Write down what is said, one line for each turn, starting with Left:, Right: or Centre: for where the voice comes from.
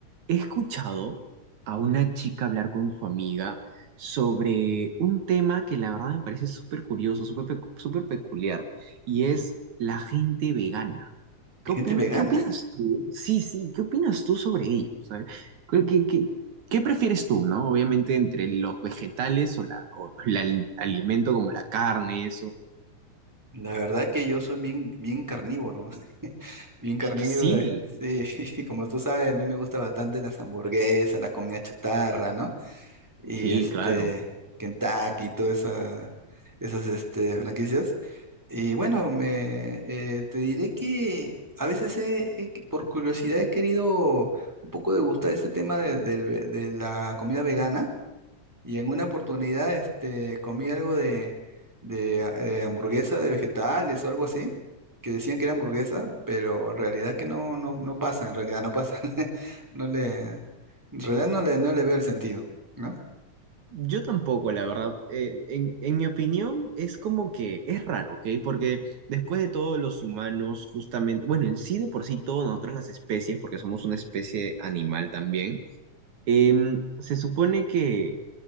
Right: he escuchado a una chica hablar con su amiga sobre un tema que la verdad me parece súper curioso, súper pe- súper peculiar, y es la gente vegana. ¿Qué
Centre: Gente
Right: opina-
Centre: vegana,
Right: qué opinas tú? Sí, sí, ¿qué opinas tú sobre ello? O sea, ¿Qué, qué- qué- ¿Qué prefieres tú, no? Obviamente entre los vegetales o, la, o la- el alimento como la carne, eso.
Centre: <laughs> la verdad que yo soy bien, bien carnívoro, ¿no? <laughs> Bien carnívoro.
Right: Es que sí,
Centre: sí, <laughs> como tú sabes, a mí me gusta bastante las hamburguesas, la comida chatarra, ¿no? y
Right: sí,
Centre: este
Right: claro.
Centre: Kentucky y todas esa- esas este, franquicias. Y bueno, me, eh, te diré que a veces he- he- por curiosidad he querido un poco degustar este tema de, del ve- de la comida vegana y en una oportunidad este, comí algo de, de, ah, eh, hamburguesa de vegetales o algo así. que decían que era hamburguesa, pero en realidad que no, no, no pasa, en realidad no pasa. <laughs> No le, en realidad no le, no le veo el sentido, ¿no?
Right: Yo tampoco, la verdad. Eh, en, en mi opinión, es como que es raro, ¿ok? Porque después de todo, los humanos, justamente, bueno, en sí de por sí, todos nosotros las especies, porque somos una especie animal también, em, se supone que